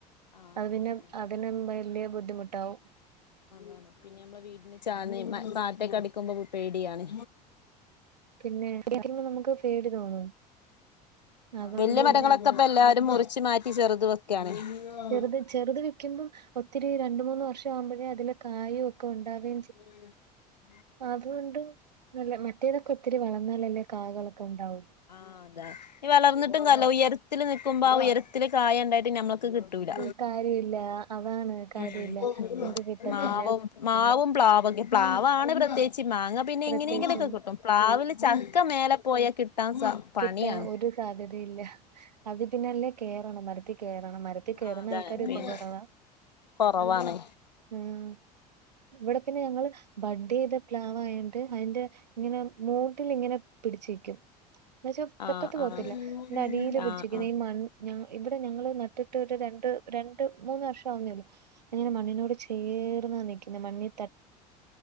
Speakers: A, on the left; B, on the right.
A: ആഹ് ആഹ്
B: അത് പിന്നെ
A: ആഹ് ആഹ്
B: അതിനും വല്ല്യ ബുദ്ധിമുട്ടാവും.
A: ആഹ് പിന്നെ നമ്മള് വീടിന് ചാന്ന് ഈ മ കാറ്റൊക്കെ അടിക്കുമ്പോ പേടിയാണ്.
B: പിന്നെ കാറ്റടിക്കുമ്പോ നമുക്ക് പേടി തോന്നും. അതുകൊണ്ട്
A: വല്യ മരങ്ങളൊക്കെപ്പോ
B: പിന്നെ
A: എല്ലാരും മുറിച്ചു മാറ്റി ചെറ്ത് വെക്കാണ് ആഹ്
B: ചെറ്ത് ചെറ്ത് വെക്കുമ്പോ ഒത്തിരി രണ്ട് മൂന്ന് വർഷം ആവുമ്പോഴേ അതില് കായൊക്കെ ഉണ്ടാവെ
A: ഉം
B: അതുണ്ട് മറ്റേതൊക്കെ ഒത്തിരി വളർന്നാലല്ലേ കാകളൊക്കെ ഉണ്ടാവൂ
A: ആഹ് അതാ ഇഞ്ഞ് വളർന്നിട്ടും കാര്യല്ല ഉയരത്തിൽ നിക്കുമ്പോ ആ ഉയരത്തില് കായണ്ടായിട്ട് ഞമ്മൾക്ക് കി ട്ടൂല
B: ഉം കാര്യമില്ല അതാണ് കാര്യമില്ല
A: മ്മ് മ്മ്
B: നമുക്ക് കിട്ടത്തില്ല
A: മാവും മാവും പ്ലാവൊക്കെ പ്ലാവാണ് പ്രത്യേയിച്ച് മാങ്ങ പിന്നെ
B: പ്രത്യേകിച്ചും
A: എങ്ങനെങ്കിലൊക്കെ കിട്ടും പ്ലാവില് ചക്ക മേലെ പോയാ കിട്ടാ സ പണിയാണ്
B: കിട്ടാ ഒരു സാധ്യതയില്ല അത് പിന്നെ അല്ലേ കേറണം മരത്തി കേറണം മരത്തി കേറുന്ന
A: ആ അതാണ്
B: ആൾക്കാരും ഇപ്പം
A: പിന്നെ
B: കൊറവാ
A: കൊറവാണ്
B: ഉം ഇവിടൊക്കയിന് ഞങ്ങള് ബഡ്ഡ്യ്ത പ്ലാവായൊണ്ട് അയിന്റെ ഇങ്ങനെ മൂട്ടിലിങ്ങനെ പിടിച്ച് നിക്കും എന്ന് വെച്ചാ പൊക്കത്ത്
A: ആഹ്
B: പോവത്തില്ല
A: ആഹ്
B: അടീല് പിടിച്ചിരിക്കും
A: ആഹ് ആഹ്
B: ഈ മൺ ഞാ ഇവിടെ ഞങ്ങള് നട്ടിട്ട് ഒരു രണ്ട് രണ്ട് മൂന്ന് വർഷാവുന്നേ ഒള്ളു അത്ങ്ങനെ മണ്ണിനോട് ചേർന്നാ നിക്ക്ന്നേ മണ്ണി